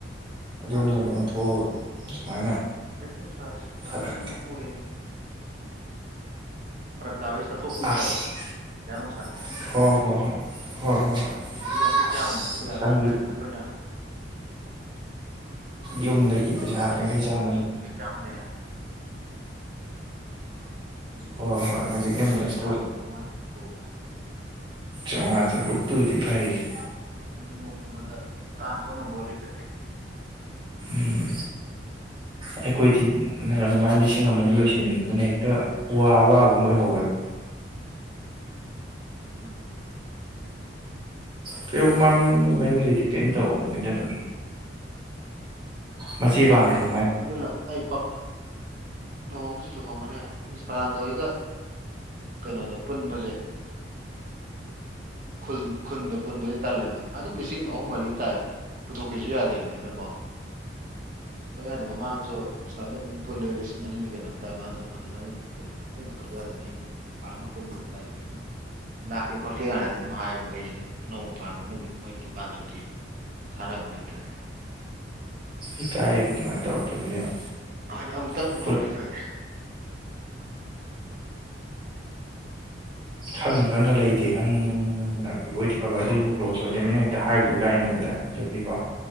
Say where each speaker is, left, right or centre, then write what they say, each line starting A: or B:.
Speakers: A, on the right; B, on the right.
A: ꯑꯗꯣꯝꯗ ꯑꯣꯏꯅ ꯑꯣꯟꯊꯣꯛꯑꯒ ꯁꯨꯃꯥꯏꯅ
B: ꯅꯨꯡꯁꯥꯁꯦ ꯄꯨꯔꯥ
A: ꯐꯔꯛ
B: ꯀꯩꯅꯣꯝ ꯑꯣꯏꯌꯦ ꯐꯔꯛ ꯇꯥꯕꯩ ꯆꯠꯊꯣꯛꯅꯤꯡꯗꯕꯗꯣ
A: ꯑꯁ ꯍꯣ
B: ꯅꯨꯡꯁꯥ
A: ꯍꯣ ꯍꯣꯏ ꯍꯣ ꯍꯣ ꯍꯣꯏ
B: ꯍꯧꯖꯤꯛꯇꯤ ꯌꯥꯡꯈꯩ
A: ꯍꯣꯏ
B: ꯆꯥꯝꯃꯅꯁꯨ ꯌꯥꯔꯣꯏ
A: ꯁꯪꯗꯤꯌꯦ
B: ꯊꯥꯏꯅ ꯑꯩꯈꯣꯏꯅ
A: ꯌꯨꯝꯗꯒꯤ ꯄꯩꯁꯥ ꯌꯥꯡꯈꯩ ꯆꯥꯝꯃꯒꯤ
B: ꯆꯥꯃꯥꯅ ꯌꯥꯏꯗꯥ ꯍꯧꯖꯤꯛꯇꯤ
A: ꯍꯣꯏ
B: ꯑꯗꯨꯝ
A: ꯍꯣꯏ
B: ꯑꯃꯨꯛ
A: ꯍꯧꯖꯤꯛꯅ
B: ꯄꯨꯟꯕꯗ
A: ꯃꯦꯁꯇꯨ
B: ꯆꯥꯝꯃꯉꯥ ꯆꯥꯇ꯭ꯔꯨꯛ ꯆꯥꯝꯃꯉꯥ ꯆꯥꯇ꯭ꯔꯨꯛ ꯂꯣꯏ
A: ꯆꯧꯉꯥ ꯆꯇ꯭ꯔꯨꯛꯇ ꯒꯤ ꯐꯥꯔꯤꯒꯤ
B: ꯑꯈꯣꯏꯅ ꯅꯣꯡꯣꯡꯃꯗ ꯇꯥꯟꯕ ꯉꯝꯕ ꯑꯣꯏꯗꯤ ꯐꯩ
A: ꯎꯝ ꯑꯩꯈꯣꯏꯗꯤ ꯑꯗꯨꯃꯥꯏꯅ ꯂꯤꯁꯤꯡ ꯑꯃꯅꯤ ꯂꯣꯏꯁꯤꯟꯈꯤꯕꯗꯨꯅ ꯍꯦꯛꯇ ꯋꯥ ꯋꯥꯕ ꯑꯃ ꯑꯣꯏꯍꯧꯋꯦꯕ
B: ꯎꯝ
A: ꯄꯔꯤꯌꯣꯀꯨꯃꯥꯔ ꯈꯣꯏꯗ ꯃꯣꯏ ꯃꯌꯨꯝꯗꯒꯤ ꯗꯤꯄꯦꯟ ꯇꯧꯔꯤꯃꯤꯗ ꯑꯗꯨꯝ ꯃꯆꯦ ꯄꯥꯟꯈ꯭ꯔꯕꯣ
B: ꯑꯗꯨꯅ ꯑꯩ ꯐꯥꯈꯠ ꯂꯨꯍꯣꯡꯕꯁꯨ ꯂꯨꯍꯣꯡꯑꯅꯤ ꯍꯥꯏꯃꯦ ꯁꯥꯗꯥꯟꯗ ꯍꯣꯏꯒ ꯀꯩꯅꯣꯗ ꯄꯨꯟꯕꯁꯦ ꯈꯨꯟ ꯈꯨꯟꯗ ꯄꯨꯟꯕꯁ ꯇꯜꯂꯦꯕ ꯑꯗꯨꯝ ꯂꯤꯁꯤꯡ ꯑꯍꯨꯝ ꯃꯔꯤ ꯇꯥꯏ ꯄꯨꯊꯣꯛꯀꯦꯁꯨ ꯌꯥꯗꯦꯕꯅꯤꯅꯀꯣ ꯄ ꯌꯥꯗꯦ ꯃꯃꯥꯡꯁꯨ ꯑꯁ꯭ꯋꯥꯏꯗ ꯑꯗꯨꯝ ꯄꯨꯜꯂꯦ ꯂꯤꯁꯤꯡ ꯑꯅꯤꯒꯤ ꯀꯩꯅꯣꯝ ꯇꯥꯏ ꯃꯥꯊ ꯃꯊꯇ ꯑꯗꯨꯝ ꯄꯨꯊꯣꯛꯏ ꯑꯩꯣꯏꯅ ꯄꯨꯊꯣꯛꯄ ꯑꯩ ꯄꯥꯛꯅ ꯄꯨꯟꯕꯗ ꯇꯜꯂꯦꯕ ꯑꯗꯨꯝ ꯂꯥꯛꯀꯦ ꯈꯣꯠꯀꯦ ꯀꯥꯟꯅꯗꯤ ꯑꯗꯨ ꯍꯥꯏꯌꯦ ꯑꯩꯁꯤꯗ ꯅꯣꯡꯃ ꯄꯥꯟꯕ ꯅꯨꯃꯤꯠ ꯃꯣꯏ ꯗꯨꯀꯥꯟ ꯁꯨꯇꯤ ꯊꯥꯅꯕ ꯅꯨꯃꯤꯠꯇꯨꯗ
A: ꯏꯀꯥꯏꯌꯦꯕ ꯑꯗꯨꯃꯥꯏꯅ ꯇꯧꯔꯛꯄꯗꯨꯗꯤ ꯌꯥꯝ
B: ꯍꯣꯏꯅꯦ ꯑꯃꯨꯛꯇꯪ
A: ꯑꯩꯈꯣꯏ
B: ꯑꯣꯏꯔꯗꯤ ꯐꯩ
A: ꯈꯪ ꯈꯪꯉ ꯂꯩꯇꯦ ꯈꯪꯕꯣꯏꯗꯤ ꯐꯕ ꯑꯗꯨꯁꯨ ꯀ꯭ꯂꯣꯖ ꯑꯣꯏꯗꯃꯤꯅ ꯍꯦꯛꯇ ꯍꯥꯏꯔꯁꯨ ꯏꯀꯥꯏꯅꯕ ꯇꯥꯏꯞ ꯑꯗꯨꯗꯨꯒꯤꯀꯣ